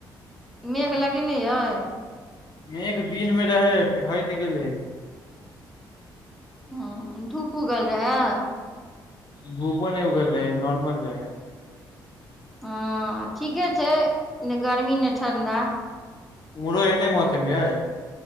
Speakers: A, in the centre; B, on the left.
A: मेघ लगेने अइ
B: एक दिन मे रहै फेर होइत गेलै
A: ह धूप उगल रहै
B: भूपन उग रहै नॉर्मल रहे
A: हँ ठीके छै ने गर्मी नहि ठण्डा
B: उमहरो एने मौसम यै